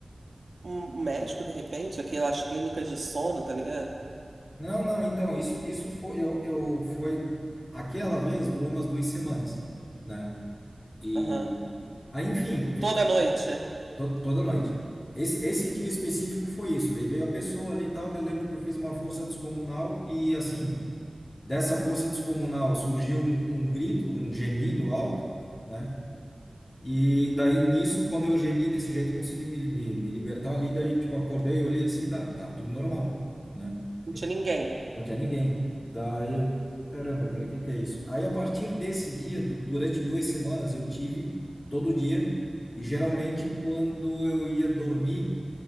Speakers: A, on the right (about 70°); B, on the left (about 40°).
A: um um médico, de repente, aquelas clínicas de sono, tá ligado?
B: Não, não, então, isso, isso foi, eu, eu, foi, aquela vez durou umas duas semanas, né? E,
A: Aham.
B: aí, enfim, é,
A: Toda noite.
B: to, toda noite. Esse, esse dia específico foi isso, daí veio a pessoa ali e tal, daí eu lembro que eu fiz uma força descomunal e, assim, Dessa força descomunal surgiu um, um grito, um gemido alto, né? E daí nisso, quando eu gemi desse jeito, consegui me, me, me libertar ali. Daí, tipo, acordei, olhei assim, tá, tá tudo normal, né?
A: Não
B: Eu-
A: tinha ninguém.
B: Não tinha ninguém. Daí eu, caramba, cara, o que que é isso? Aí a partir desse dia, du- durante duas semanas, eu tive todo dia. E geralmente, quando eu ia dormir,